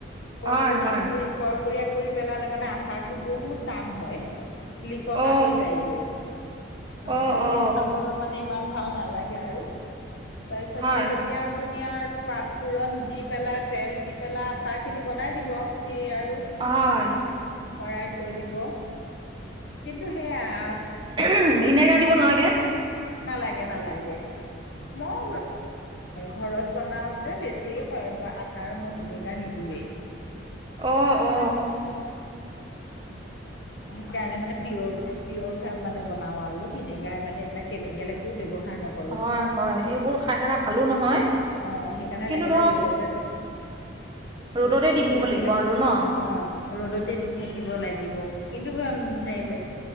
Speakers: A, on the left; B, on the right.
A: কৰকীয়া
B: হয় হয়
A: কৰি কৰকীয়া কৰি পেলালে মানে আচাৰ- তটো বহুত টান হয় লিকতা
B: অ
A: হৈ যায়গে। অঁ
B: অ
A: তেতিয়া
B: অ
A: খাবলৈ মানে ইমান- ভাল নালাগে আৰু তাৰপিছত
B: হয়
A: হে আপুনি আৰু পাছপুৰন দি পেলাই তেল দি পেলাই আচাৰ খি খিনি বনাই দিব দি আৰু
B: হয়
A: ভৰাই থৈ দিব। কিন্তু সেয়া-
B: আহো ভিনেগাৰ দিব নালাগে।
A: নালাগে নালাগে। মই ঘৰত বনাওঁ যে বেছি আচাৰত মই ভিনেগাৰ নিদিওঁৱেই।
B: অঁ অঁ!
A: সেইকাৰণে মানে পিয়ৰ পিয়ৰ মানে বনাও আৰু ভিনেগাৰ মানে এইবিলাক কেমিকেল একো ব্যৱহাৰ নকৰে
B: হয়ঁ হয়ঁ এইবোৰ খাই থকা ভালো নহয়।
A: অঁ সেইকাৰণে
B: কিন্তু
A: লাগিলে
B: ধৰক
A: ৰ'দতে পাই-
B: ৰ'দতে
A: বস্তুতো
B: দি থাকিব
A: লাগিলে
B: লাগিব আৰু ন
A: অ ৰ'দতে দি থাকিল। দিব লাগিব কিন্তু তে